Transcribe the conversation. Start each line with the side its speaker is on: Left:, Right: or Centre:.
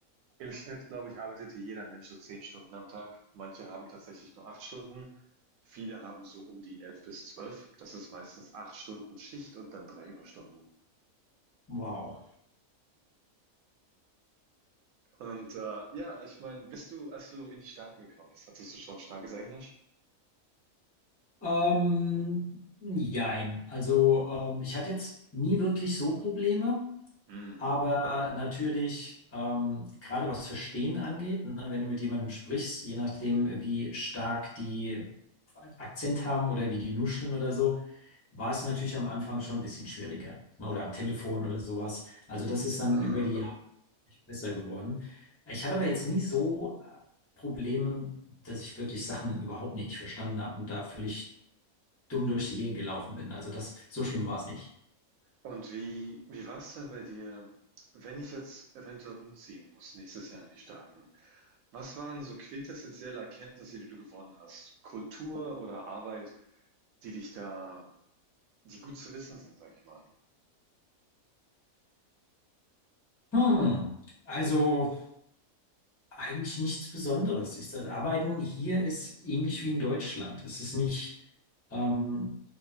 Right: im Schnitt, glaube ich, arbeitete jeder Mensch so zehn Stunden am Tag. Manche haben tatsächlich nur acht Stunden. Viele haben so um die elf bis zwölf. Das ist meistens acht Stunden Schicht und dann drei Überstunden.
Left: wow.
Right: Und äh, ja, ich meine, bist du, als du in die Staaten gekommen bist, hattest du schon starkes Englisch?
Left: Ähm, jein. Also ähm, ich hatte jetzt nie wirklich so Probleme.
Right: Mm.
Left: Aber äh, natürlich, ähm, gerade was Verstehen angeht, ne, wenn du mit jemandem sprichst, je nachdem, wie stark die Akzent haben oder wie die nuscheln oder so, war es natürlich am Anfang schon ein bisschen schwieriger. ne, Oder am Telefon oder sowas. Also das ist dann
Right: Ah,
Left: über die Jahre
Right: ah.
Left: echt besser geworden. Ich hatte aber jetzt nie so äh, Probleme, dass ich wirklich Sachen überhaupt nicht verstanden habe und da völlig dumm durch die Gegend gelaufen bin. Also das, so schlimm war es nicht.
Right: Und wie, wie war es denn bei dir, wenn ich jetzt eventuell umziehen muss, nächstes Jahr in die Staaten? Was waren so quintessentielle Erkenntnisse, die du gewonnen hast? Kultur oder Arbeit, die dich da, die gut zu wissen sind, sag ich mal.
Left: Hm. Also. Eigentlich nichts Besonderes. Ich, das Arbeiten hier ist ähnlich wie in Deutschland. Es ist nicht, ähm,